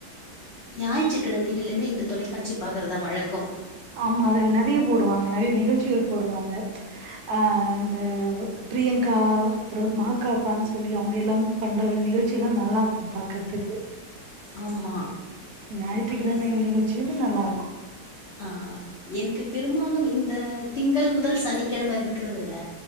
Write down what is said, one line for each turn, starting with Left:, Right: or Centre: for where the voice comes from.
Left: ஞாயிற்றுக்கிழமைகள்லம்மே இந்த தொலைக்காட்சி பாக்கறதுதா வழக்கம்
Right: ஆமா அல் நறைய போடுவாங்க நறைய நிகழ்ச்சிகள் போடுவாங்க அ த பிரியங்கா அப்புறம் மா க பான் சொல்லி அவுங்க எல்லாம் பண்ற நிகழ்ச்சி எல்லா நல்லா இருக்கு பாக்கற்துக்கு
Left: ஆமா
Right: ஞாயிற்றுக்கிழமைகள்
Left: அதுதான்
Right: நிகழ்ச்சியுமே நல்லா இருக்கு
Left: ஆ என்க்கு பெரும்பாலும் இந்த திங்கள் முதல் சனிக்கிழம இருக்கரத விட